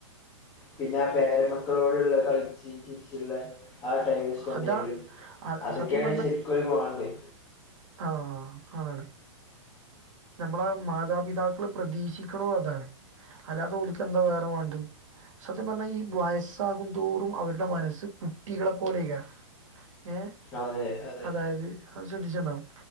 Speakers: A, on the left; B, on the right.
A: പിന്നെ ആ പേരമക്കളോടുള്ള കൾച്ചീരിം ള്ള ആ ടൈ സ്പെൻഡെയലും
B: അതാ അ-
A: അതൊക്കെയ
B: സത്യം
A: ശരിക്കും ഓൽക്ക് വാണ്ട്യ
B: ആഹ് ആണ് നമ്മളെ മാതാപിതാക്കള് പ്രതീക്ഷിക്കണും അതാണ് അല്ലാതെ ഓല്ക്ക് എന്താ വേറെ വാണ്ടി സത്യം പറഞ്ഞാ ഈ വയസ്സ്ആകും തോറും അവരുടെ മനസ്സ് കുട്ടികളപൊ ലൈക്കാരം ഏ
A: അതെ അതെ
B: അതായത് അ ശ്രദ്ധിചിട്ട്ണ്ടാവും